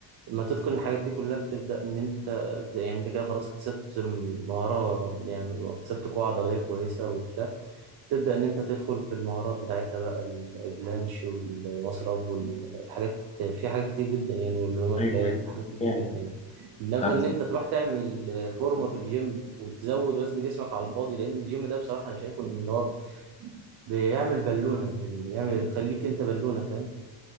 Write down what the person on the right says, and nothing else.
لما تتقن الحاجات دي كلها بتبدأ إن أنت يعني أنت كده خلاص اكتسبت مهارة يعني اكتسبت قوة عضلية كويسة وبتاع تبدأ إن أنت تدخل في المهارات بتاعتها بقى البلانش والمصرب والحاجات في حاجات كتير جدا يعني والهيومن
فلاج
وحاجات كتير
جدا يعني إنما
إن أنت تروح تعمل فورمة في الجيم وتزود وزن جسمك على الفاضي لأن الجيم ده بصراحة أنا شايفه إن هو بيعمل بالونة لل- بيعمل يخليك انت بالونة فاهم